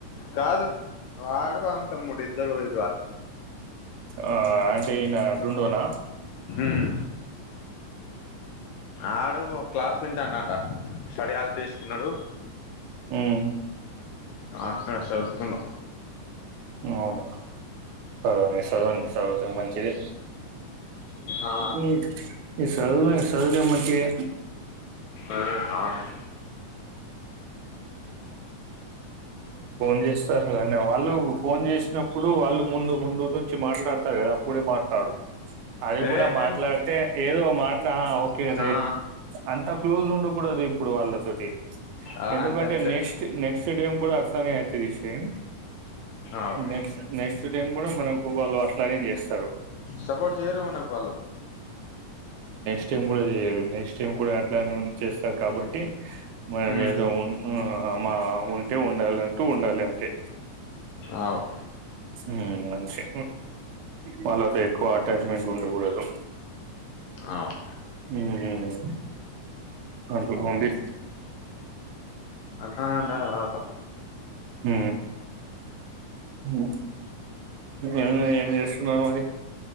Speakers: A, on the left; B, on the right.
A: కాదు. వాడు అంతమ్ముూడు ఇద్దరు పోయిరు వాళ్లు.
B: ఆ అంటే ఈయన దొండొన.
A: ఉమ్. ఆడు ఓక్. క్లాస్ వింటాడట. స్టడీహాల్ తీసుకున్నాడు.
B: ఉమ్
A: అక్కడ చదువుతుండు.
B: అవున. సగమే సగం చదువుతే మంచిది.
A: ఆ
B: అ ఈ సదువదేం సాధువుడె మంచిగా.
A: ఆ అవును.
B: ఫోన్ చస్తారు గానీ వాళ్ళు ఫోన్ చేసినపుడు వాలు ముందు ముందు నుంచి మాట్లాడతా గదా అప్పుడే మాట్లాడు. అది
A: ఏ
B: కూడా
A: నేను
B: మాట్లాడితే. ఏదో మాట్ ఆ ఓకే రైట్
A: ఆ
B: అంతా క్లోజ్ ఉండు. ఫోటో దిగు ఇప్పుడు వాళ్లతోటి.
A: ఆ
B: ఎందుకంటే
A: అంతే అంతే
B: నెక్స్ట్ నెక్స్ట్ డే ఉమ్ కూడ. తనయతిది సేమ్.
A: అవు
B: నెక్స్ట్ నెక్స్ట్ టైమ్ కూడా మనకు వాళ్ళు అట్లానే చేస్తారు.
A: సపోర్ట్ చేయరు మనకు వాళ్లు.
B: చెయ్యను కూడా చేయడం నెక్స్ట్ ఇంకోడు అట్లానే ఉంట్. చేస్తా కాబట్టి. మనం
A: ఉమ్
B: ఏదో ఉన్. ఆ మా ఉంటే ఉండాల ఐనటు ఉండాలి అంతే.
A: అవ్
B: ఉమ్ అంతే వాళ్ళతో ఎక్కువ అటాచ్మెంట్ ఉండకూడదు.
A: ఆవ్.
B: ఉమ్ అంటుంది.
A: అట్లానే ఉంటాది వాళ్ళతో
B: ఊ హూ ఏమో ఏం చేస్తున్నారు మరి